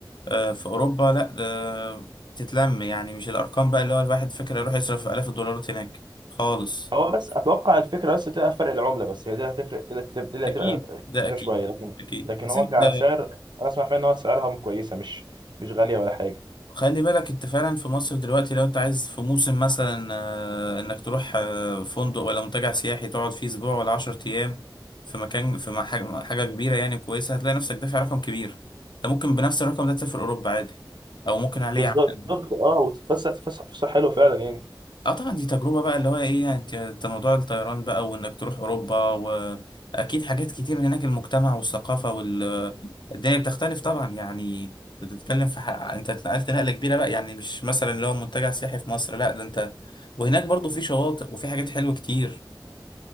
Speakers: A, on the left; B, on the right.
A: أه في اوروبا لا ده تتلم يعني مش الارقام بقى اللي هو الواحد فاكر يروح يصرف الاف الدولارات هناك خالص
B: هو بس اتوقع الفكره بس تبقى في فرق العمله بس هي دي اللي هتفرق دي اللي هتب- دي اللي
A: اكيد
B: هتبقى
A: ده
B: كبيره
A: اكيد
B: شويه لكن
A: اكيد
B: لكن
A: بس
B: هو
A: انت
B: كسعر انا اسمع فعلا ان هو سعرها كويسه مش مش غاليه ولا حاجه
A: خلي بالك انت فعلا في مصر دلوقتي لو انت عايز في موسم مثلا آه، انك تروح آه، فندق ولا منتجع سياحي تقعد فيه اسبوع ولا 10 ايام في مكان في مح- حاجه كبيره يعني كويسه هتلاقي نفسك دافع رقم كبير انت ممكن بنفس الرقم ده تسافر اوروبا عادي او ممكن عليه
B: بالظبط
A: عشان
B: اه وتتفسح تفسح فسحه حلوه فعلا يعني
A: اه طبعا دي تجربة بقى اللي هو ايه يعني انت انت موضوع الطيران بقى وانك تروح اوروبا واكيد حاجات كتير هناك المجتمع والثقافة والدنيا بتختلف طبعا يعني بتتكلم في حق. انت اتنقلت نقلة كبيرة بقى يعني مش مثلا اللي هو منتجع سياحي في مصر لا ده انت وهناك برضو في شواطئ وفي حاجات حلوة كتير